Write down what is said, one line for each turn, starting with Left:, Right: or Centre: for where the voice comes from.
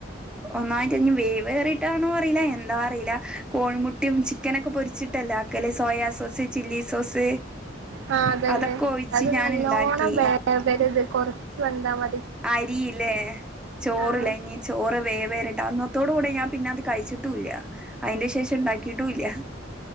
Centre: ഒന്നായിട്ട് ഇനി വേവേറിയിട്ടാണോ അറിയില്ല എന്താ അറിയില്ല കോഴിമുട്ടിയും ചി ചിക്കനൊക്കെ പൊരിച്ചിട്ടല്ലേ ആക്കല് സോയാ സോസ് ചില്ലി സോസ്
Right: ആ അതന്നെ
Centre: അതൊക്കെ ഒഴിച്ച്
Right: അത്
Centre: ഞാൻ
Right: നല്ലോണ്ണം
Centre: ഇണ്ടാക്കി
Right: വേവരുത് കൊറച്ച് വെന്താ മ
Centre: അരിയില്ലേ ചോറില്ലങ്ങി
Right: ആഹ്
Centre: ചോറ് വേവേറിട്ട് അന്നത്തോട കൂടെ ഞാൻ പിന്നെ അത് കഴിച്ചിട്ടൂല്ല അതിന്റെ ശേഷം ഉണ്ടാക്കിട്ടുല്ല്യ